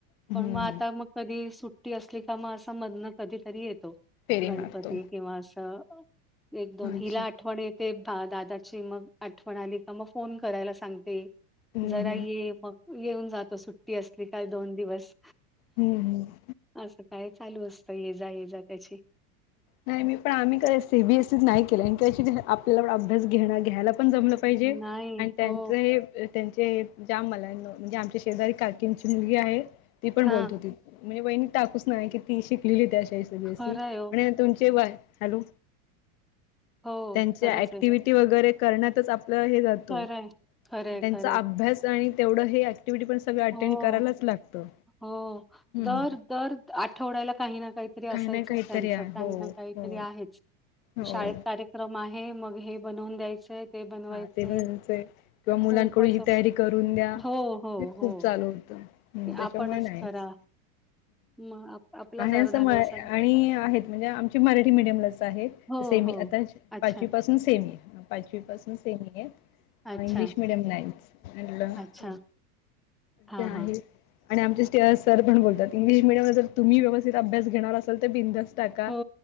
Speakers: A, on the left; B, in the centre.
A: हम्म
B: पण मग
A: हम्म
B: आता मग कधी सुट्टी असली. का मग असं मदन कधीतरी येतो.
A: फेरी
B: गणपती
A: मारतो
B: किंवा असं एक दोन
A: अच्छा
B: हिला आठवण येईल तेव्हा दादाची मग आठवण आली का मग फोन करायला सांगते.
A: हम्म
B: जरा
A: हम्म
B: ये मग येऊन जातो. सुट्टी असली काल दोन दिवस
A: हम् हम्
B: असं काय चालू असतं ये जा ये जा त्याची,
A: नाही मी पण आम्ही कस बीएसस नाही केलं आपल्याला अभ्यास घेणं घ्यायला आपण जमलं पाहिजे
B: नाही
A: आणि त्यांच
B: हो
A: हे त्यांचे ज्या मलांना म्हणजे आमच्या शेजारी काकीनची मुलगी आहे ती पण
B: हा
A: बोलत होती. म्हणजे वहिणी टाकूच नाही की ती शिकलेली एसबीएसी
B: खरं
A: म्हण
B: आहे हो.
A: व्हय, हॅलो
B: हो
A: त्यांच्या
B: खरंच
A: ऍक्टिवि
B: आहे.
A: विटी वैगरे करण्यात आपलं हे जातो.
B: खरंय, खरंय,
A: आणि त्यांचा
B: खरंय.
A: अभ्यास आणि तेवढं हे ऍक्टिव्हीटी पण सगळं अटेंड
B: हो,
A: करालाच लागतं.
B: हो
A: हम्म
B: दर दर आठवड्याला काही ना काहीतरी असायचंच
A: काही ना काहीतरी
B: त्यांचं
A: आहे
B: काही
A: हो
B: ना काही
A: हो
B: तरी आहेच.
A: हो
B: शाळेत कार्यक्रम आहे मग हे बनवून द्यायचंय. ते बनवायचंय
A: हा ते बघाचंय किंवा मुलांकडून
B: खूपच
A: ही
B: अस
A: तयारी करून द्या.
B: हो, हो, हो.
A: खूप चालू होत
B: ते
A: त्याच्यामुळे
B: आपणच
A: नाहीच,
B: करा. मग आप आपल्याच
A: आणि अस
B: अर्धा
A: म्ह
B: बेस
A: आणि आहेत म्हणजे आमची मराठी मीडियमलाच आहेत.
B: हो,
A: सेमी
B: हो.
A: आता
B: अच्छा
A: पाचवी पासून सेमी पाचवी पासून सेमी आहे.
B: अच्छा,
A: इंग्लिश मीडीयमलाच आहे. म्हटलं होय,
B: अच्छा. हां,
A: ते आहे.
B: हां.
A: आणि आमचे सी आर सर पण बोलतात इंग्लीश मिडयमला जर तुम्ही व्यवस्थित अभ्यास घेणार अस बिनधास्त टाका
B: हो,